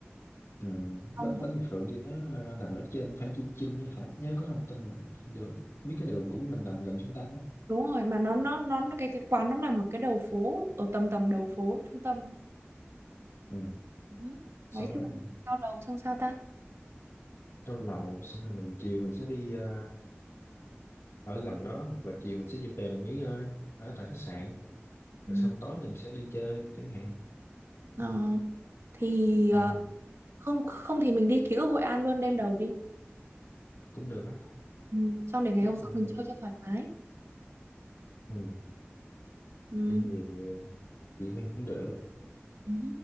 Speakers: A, on the left (about 70°); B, on the right (about 70°).
A: Ừ,
B: Không
A: bánh, bánh mì
B: thì-
A: Phượng tôi nhớ ờ, nằm ở trên Phan Chu Trinh hay phải nhớ có thông tin là nằm trên đường biết cái đường cũng nằm nằm gần trung tâm á
B: đúng rồi mà nó nó nó cái cái quán nó nằm ở cái đầu phố, ở tầm tầm đầu phố trung tâm.
A: ừ.
B: Ừ.
A: sau
B: Đấy
A: đó
B: chứ
A: mình
B: cao lầu xong sao ta?
A: cao lầu xong rồi mình chiều mình sẽ đi ờ, ở gần đó hoặc là chiều mình sẽ về mình nghỉ ngơi ở tại khách sạn
B: Ừ.
A: rồi xong tối mình sẽ đi chơi chẳng hạn
B: Ờ, thì
A: Ờ,
B: ờ, không không thì mình đi ký ức Hội An luôn đêm đầu đi.
A: cũng được á
B: Ừ. Xong để ngày
A: Biết
B: hôm sau
A: thôi.
B: mình chơi cho thoải mái.
A: ừ.
B: Ừ.
A: đi chị cũng được
B: Ừ.